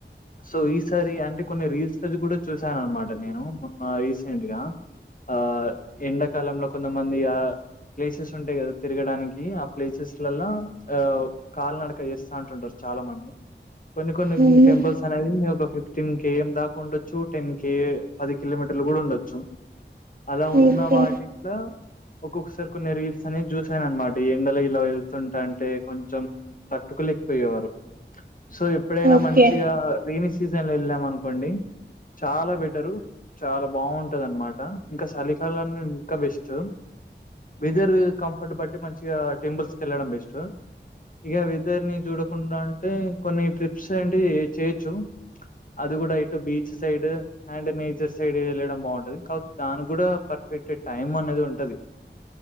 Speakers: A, on the left; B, on the right.
A: సో ఈసారి అంటే కొన్ని రీల్స్ లో కూడా చూశాను అనమాట నేను మొన్న రీసెంట్ గా ఆ ఎండాకాలంలో కొంతమంది ఆ ప్లేసెస్ ఉంటాయి కదా తిరగడానికి ఆ ప్లేసెస్లల్లా ఆ కాళ్ళ నడక చేస్తా అంటుంటారు చాలా మంది కొన్ని కొన్ని
B: ఉమ్,
A: టెంపుల్స్ అనేవి ఒక ఫిఫ్టీ ఫిఫ్టీన్ కేఏం దాకా ఉండొచ్చు టెన్ కే పది కిలోమీటర్లు కూడా ఉండొచ్చు అలా ఉన్న
B: ఓకే
A: వాటిట్ల ఒక్కొక్కసారి కొన్ని రీల్స్ అనేది చూస్ చూసాననమాట ఎండలో ఇలా వెళ్తుంటే అంటే కొంచెం తట్టుకులేక పోయేవారు సో ఎప్పుడైనా
B: ఓకే
A: మంచిగా రైనీ సీజన్ లో వెళ్ళాం అనుకోండి చాలా బెటరు చాలా బాగుంటది అన్నమాట ఇంకా చలికాలం ఇంకా బెస్ట్ వెదర్ కంఫర్ట్ బట్టి మంచిగా టింపుల్స్ కి వెళ్ళడం బెస్ట్ ఇగ వెదర్ ని చూడకుండా అంటే కొన్ని ట్రిప్స్ అంటే చేయొచ్చు అది గూడ ఎటు beach side and nature side వెళ్ళడం బాగుంటది కాకపోతే దానికి కూడా పర్ఫెక్ట్ టైమ్ అనేది ఉంటది